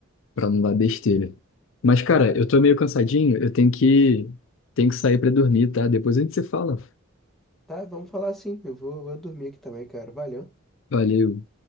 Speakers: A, on the left; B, in the centre.
A: pra não dar besteira. Mas, cara,
B: É,
A: eu tô meio cansadinho, eu tenho que, tenho que sair pra dormir, tá? Depois a gente se fala.
B: tá, vamos falar assim. Eu vou, vou dormir aqui também, cara. Valeu.
A: Valeu.